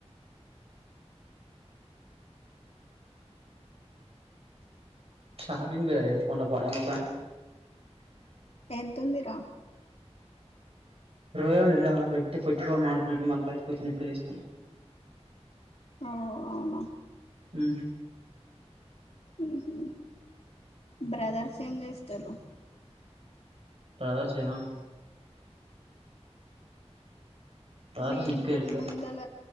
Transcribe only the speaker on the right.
చార్జింగ్ లేదే ఫోన్ లో పాడే మొత్తం
రోయండి ఇలా పెట్టి ఫ ఫో మడుతుప్పుడు మళ్ళీ బయటకు వచ్చని ఇప్పుడుే తీస్తాను
ఉమ్
బ్రదర్స్ ఏమో బ్రదర్స్
ఇంటికిరు ఇప్పుడే